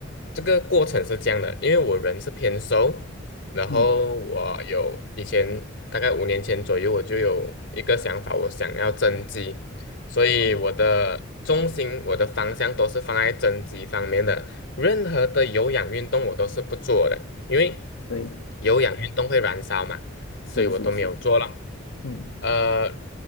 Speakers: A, on the left; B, on the left.
A: 这个过程是这样的，因为我人是偏瘦，然后我有以前大概五年前左右，
B: 嗯，
A: 我就有一个想法，我想要增肌，所以我的重心、
B: 哦，
A: 我的方向都是放在增肌方面的，任何的有氧运动我都是不做的，因为
B: 对，
A: 有氧运动会燃烧嘛。
B: 是是是，
A: 所以我都没有做了。
B: 嗯，
A: 呃，